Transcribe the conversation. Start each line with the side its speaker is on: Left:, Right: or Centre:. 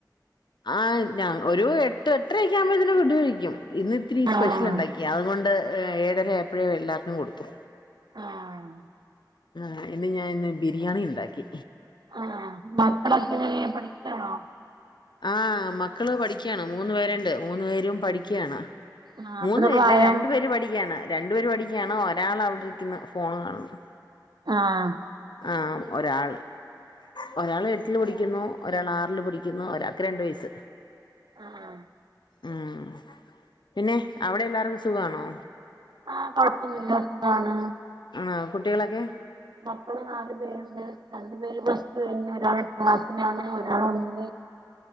Left: ആ് ഞാ ഒരു എട്ട് എട്ടരക്ക ആകുമ്പോത്തെന് ഫുഡ്‌ കഴിക്കും ഇന്ന് ഇത്തിരി
Right: ആഹ്
Left: സ്പെഷ്യൽ ഉണ്ടാക്കി അതുകൊണ്ട് ഏഴര എപ്പഴേ എല്ലാർനും കൊടുത്തു
Right: ആഹ്
Left: ആ ഇന്ന് ഞാൻ ഇന്ന് ബിരിയാണി ഉണ്ടാക്കി
Right: ആഹ് മക്കളൊക്കെ എങ്ങനെ പഠിക്കാണോ
Left: ആഹ മക്കള് പഠിക്കയാണ് മൂന്നു പേരുണ്ട് മൂന്ന് പേരും പഠിക്കയാണ്
Right: ആഹ്
Left: മൂന്നു
Right: എത്ര
Left: പേരില്ലേ
Right: പ്രായം?
Left: രണ്ടു പേര് പഠിക്കയാണ് രണ്ടു പേര് പഠിക്കയാണ് ഒരാൾവിടെ ഫോണ് കാണുന്നു
Right: ആഹ
Left: ആഹ് ഒരാള് ഒരാള് എട്ടില് പടിക്കുന്നു ഒരാൾ ആറിൽ പടിക്കുന്നു ഒരാക്ക് രണ്ട് വയസ്സ്
Right: ആഹ്
Left: ഉം പിന്നെ അവിടെ എല്ലാർക്കും സുഖാണോ
Right: ആ കൊഴപ്പന്നില്ലാത്തതാണ്
Left: ആ കുട്ടികളൊക്കെ
Right: മക്കള് നാലു പേരുണ്ട് രണ്ടു പേര് പ്ലസ് ടു കഴിഞ്ഞ ഒരാ ക്ലാസിലാണ് ഒരാള് ഒന്നി ഉം